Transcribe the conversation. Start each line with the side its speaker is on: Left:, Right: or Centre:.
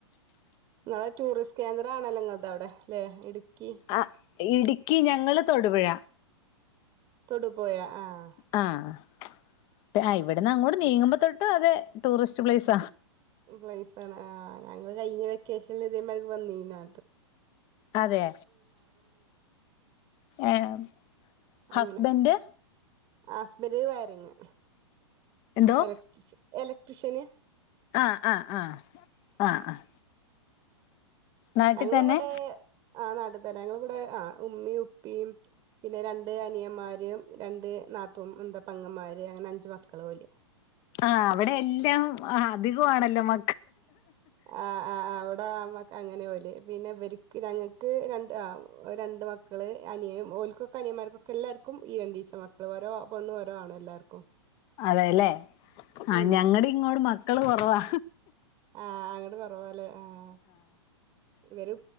Right: ഇങ്ങള് ടൂറിസ്റ്റ് കേന്ദ്രണല്ലോ നിങ്ങൾ തവിടെ ല്ലേ ഇടുക്കി
Left: ആഹ് ഇടുക്കി ഞങ്ങള് തൊടുപുഴ
Right: തൊടുപുഴ ആഹ്
Left: ആഹ് ഇവിടുന്ന്
Right: അങ്ങനത്തെ
Left: അങ്ങട്ട് നീങ്ങുമ്പോ തൊട്ടെ അതേ ടൂറിസ്റ്റ് പ്ലേസ
Right: പ്ലേസ്സണ് ആഹ് ഞങ്ങള് കഴിഞ്ഞ വെക്കേഷനില് ഇതേമാരിക്ക് വന്നീനാ
Left: അതെ ഏഹ്
Right: അങ്ങനെ
Left: ഹസ്ബൻഡ്
Right: ഹസ്ബന്റ് വയറിങ്
Left: എന്തോ
Right: ഇല എലക്ട്രിഷന്
Left: ആഹ് ആഹ് ആഹ് ആഹ് ആഹ് നാട്ടിൽ
Right: അങ്ങ്
Left: തന്നെ
Right: ഇവിടെ ആഹ് നാട്ട് തന്നെ ഞങ്ങള് വടെ ആഹ് ഉമ്മയും ഉപ്പിയും പിന്നെ രണ്ട് അനിയന്മാര് രണ്ട് നാത്തൂ ന്താ പെങ്ങന്മാര് അങ്ങനെ അഞ്ച് മക്കള് പോലെ
Left: ആഹ് അവിടെ എല്ലാം അധികമാണല്ലോ മ
Right: ആഹ് ആഹ് അവിടെ അമ്മ അങ്ങനെ ഓല് പിന്നെ വര്ക്ക് ഞങ്ങക്ക് രണ്ട് ആഹ് രണ്ട് മ ക്കള് അനിയ ഓലക്കൊക്കെ അനിയമാർക്കൊക്കെ എല്ലാർക്കും ഈ രണ്ട ഈച്ച മക്കൾ ഓരോ പെണ്ണ് ഓരാണ് എല്ലാർക്കും
Left: അതെല്ലേ ആഹ്
Right: ഉം
Left: ഞങ്ങട ങ്ങോട് മക്കള് കൊറവാ
Right: ആഹ് അങ്ങട് കൊറവല്ലേ ആഹ് ഇവര്